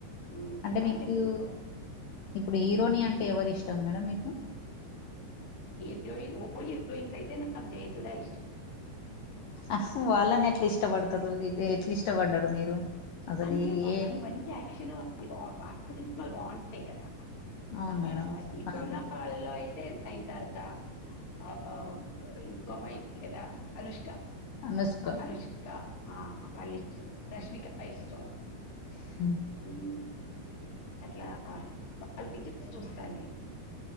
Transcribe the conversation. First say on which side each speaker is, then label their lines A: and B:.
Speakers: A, on the left; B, on the left.
A: మ్మ్,
B: అంటే
A: రామ్
B: మీక్యు
A: చరణ్ కూడా
B: ఇప్పుడు హీరోని
A: మ్మ్,
B: అంటే ఎవరిష్టం మేడం మీ హ్హ
A: హీరోయిన్ ఓ <unintelligible> హీరోయిన్స్ అయితే నాకు జైసుధా ఇష్టం
B: అఫ్
A: మ్మ్,
B: వాళ్ళని ఎట్లా ఇష్టపడతారు ఎట్లు ఇష్టపడ్డారు మీరు అసలు
A: అంటే వాళ్ళు
B: ఏ
A: మంచి యాక్షన్ <unintelligible> సినిమాల్ బాంటయ్ కదా
B: అవును మేడం
A: ఆ ఇప్పుడున్న
B: పాత
A: వాళ్ళల్లో అయితే నయిన్ తార ఆ ఇంకో అమ్మాయి ఉంది కదా అనుష్క
B: అనుష్క
A: అనుష్క ఆ వాళ్ళు ఇష్టం రష్మిక ఇష్టం
B: హ్మ్
A: ఉమ్, అట్లా వాళ్ళ పిచర్స్ చూస్తాను నేను